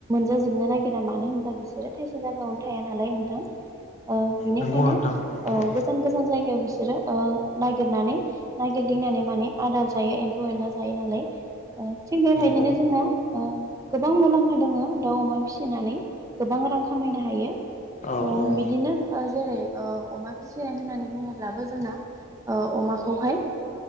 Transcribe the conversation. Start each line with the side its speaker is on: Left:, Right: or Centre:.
Right: जोबनो नागिरा मानो होनोब्ला बिसोरो थाइसे जायगायावनो थाया नालाय नोंथां ओ बिनिखायनो
Left: नंगौ नोंथां औ औ
Right: गोजान गोजान जायगायाव बिस बिसोरो ओ नागिरनानै नागिरदिंनानै माने आदार जायो एम्फौ एनला जायो नालाय ओ थिग बेबायदिनो
Left: नंगौ
Right: जोंना गोबां मुलाम्फा दङ दाउ अमा फिसिनानै गोबां रां खामायनो हायो
Left: औ
Right: अ
Left: औ
Right: बिदिनो ओ जेरै ओ अमा फिसिनाय होननानै बुङोब्लाबो जोंना अमाखौहाय